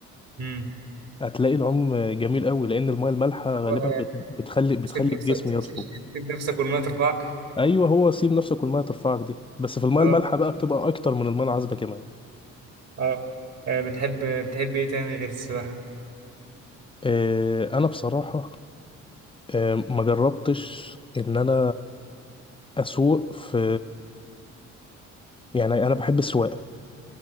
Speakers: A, on the right; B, on the left.
A: امم
B: هتلاقي العوم جميل قوي لان الميه المالحه
A: هو
B: غالبا بت- بتخلي بتخلي
A: سيب نفسك
B: الجسم يطفو
A: <laughs> سيب نفسك والميه ترفعك
B: ايوه هو سيب نفسك والميه ترفعك دي بس في الميه
A: اه
B: المالحه بقى بتبقى اكتر من الميه العذبه كمان
A: اه آه، بتحب بتحب ايه تاني غير السباحه
B: آه، انا بصراحه آه، ما جربتش ان انا اسوق في يعني انا بحب السواقه